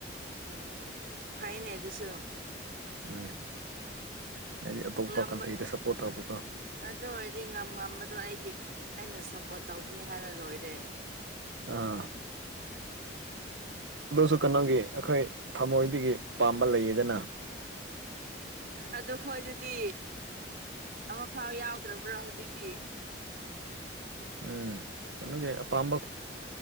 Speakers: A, on the right; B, on the right.
A: ꯑ ꯐꯥꯏꯅꯦ ꯑꯗꯨꯁꯨꯣ
B: ꯎꯝ ꯍꯥꯏꯗꯤ ꯑꯇꯣꯞꯄ
A: ꯉꯝꯕ
B: ꯀꯊꯩꯗ ꯁꯞꯄꯣꯔꯠ ꯇꯔꯛ
A: ꯑꯗꯨ ꯑꯣꯏꯔꯗꯤ ꯉꯝ ꯉꯝꯕꯗꯣ ꯑꯩꯒꯤ ꯑꯩꯅ ꯁꯞꯄꯣꯔꯠ ꯇꯧꯕꯅꯤ ꯍꯥꯏꯅ ꯂꯣꯏꯔꯦ
B: ꯑꯥ ꯑꯗꯨꯁꯨ ꯀꯩꯅꯣꯒꯤ ꯑꯩꯈꯣꯏ ꯊꯃꯣꯏꯗꯒꯤ ꯄꯥꯝꯕ ꯂꯩꯌꯦꯗꯅ
A: ꯑꯗꯨ ꯍꯣꯏ ꯑꯗꯨꯗꯤ ꯑꯃ ꯐꯥꯎ ꯌꯥꯎꯗ꯭ꯔꯕ꯭ꯔꯥ ꯍꯧꯖꯤꯛꯇꯤ
B: ꯎꯝ ꯀ ꯀꯦ ꯑꯝꯕ